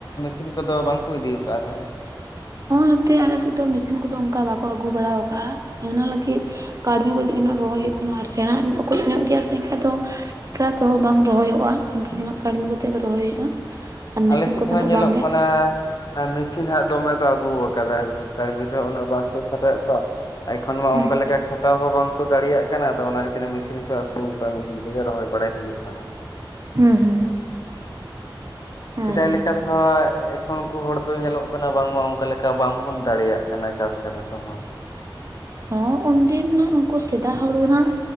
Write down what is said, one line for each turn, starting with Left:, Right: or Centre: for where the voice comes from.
Left: ᱴᱤᱯᱤᱱ ᱠᱩᱫᱚ ᱵᱟᱝ ᱠᱚ ᱤᱫᱤᱣ ᱠᱟᱜ-ᱟ ᱛᱟᱦᱚᱞᱮ?
Right: ᱦᱚᱸ ᱱᱚᱛᱮ ᱟᱞᱮ ᱥᱮᱜ ᱫᱚ ᱢᱤᱥᱤᱱ ᱠᱩᱫᱚ ᱚᱱᱠᱟ ᱵᱟᱠᱚ ᱟᱜᱩ ᱵᱟᱲᱟᱣ ᱠᱟᱜ-ᱟ ᱤᱱᱟᱹ ᱞᱟᱹᱜᱤᱫᱼᱼ ᱠᱟᱹᱲᱢᱤ ᱠᱚ ᱞᱟᱹᱜᱤᱫ ᱜᱮ ᱦᱜ ᱨᱚᱦᱚᱭ ᱦᱩᱭᱩᱜ ᱠᱟᱱᱟ ᱟᱨ ᱥᱮᱬᱟ ᱚᱠᱚᱡ ᱧᱚᱜ ᱜᱮᱭᱟ ᱥᱮ ᱮᱱᱠᱷᱟᱡ ᱫᱚ ᱮᱠᱞᱟ ᱛᱮᱦᱚᱸ ᱵᱟᱝ ᱨᱚᱦᱚᱭᱚᱜᱼᱟ ᱤᱱᱠᱷᱟᱱ ᱫᱚ ᱱᱟᱜ ᱠᱟᱹᱢᱤ ᱠᱟᱛᱮᱜ ᱜᱮ ᱨᱚᱦᱚᱭ ᱦᱩᱭᱩᱜᱼᱟ ᱟᱨ ᱢᱮᱥᱤᱱ
Left: ᱟᱞᱮ ᱥᱮᱫ
Right: ᱠᱚᱫᱚ
Left: ᱦᱚᱸ
Right: ᱱᱟᱜ
Left: ᱧᱮᱞᱚᱜ
Right: ᱵᱟᱝᱜᱮ
Left: ᱠᱟᱱᱟ ᱟᱨ ᱢᱮᱥᱤᱱ ᱦᱟᱸᱜ ᱫᱚᱢᱮ ᱠᱚ ᱟᱹᱜᱩ ᱟᱠᱟᱫᱟ ᱠᱟᱲᱢᱤᱫ ᱫᱚ ᱦᱟᱸᱜ ᱩᱱᱟᱹᱜ ᱵᱟᱝᱠᱚ ᱠᱷᱟᱴᱣᱮᱫ ᱠᱚᱣᱟ! ᱮᱠᱷᱚᱱ ᱢᱟ
Right: ᱦᱩᱸ
Left: ᱚᱚᱝᱠᱟ ᱞᱮᱠᱟ ᱠᱷᱴᱟᱣ ᱦᱚᱸ ᱵᱟᱝᱠᱚ ᱫᱟᱲᱮᱭᱟᱜ ᱠᱟᱱᱟ ᱚᱱᱟ ᱠᱷᱟᱹᱛᱤᱨ ᱢᱮᱥᱤᱱ ᱠᱚ ᱟᱹᱜᱩ ᱟᱠᱟᱫ ᱢᱮᱥᱤᱱ ᱛᱮᱜᱮ ᱨᱚᱦᱚᱭ ᱵᱟᱲᱟᱭ ᱦᱩᱭᱩᱜ ᱠᱟᱱᱟ <inaudible>
Right: ᱦᱩᱸ ᱦᱩᱸ ᱦᱮᱸ
Left: ᱥᱮᱫᱟᱭ ᱞᱮᱠᱟ ᱫᱚ ᱦᱟᱸᱜ ᱩᱱᱠᱩ ᱦᱚᱲ ᱫᱚ ᱧᱮᱞᱚᱜ ᱠᱟᱱᱟ ᱵᱟᱝᱢᱟ ᱚᱱᱠᱟ ᱞᱮᱠᱟ ᱵᱟᱝᱵᱚᱱ ᱫᱟᱲᱮᱭᱟᱜ ᱠᱟᱱᱟ ᱪᱟᱥ ᱠᱟᱹᱢᱤ ᱠᱚᱦᱚᱸ
Right: ᱦᱚᱸ ᱩᱱᱫᱤᱱ ᱩᱱᱠᱩ ᱥᱮᱫᱟᱭ ᱦᱚᱲ ᱫᱚ ᱦᱟᱸᱜ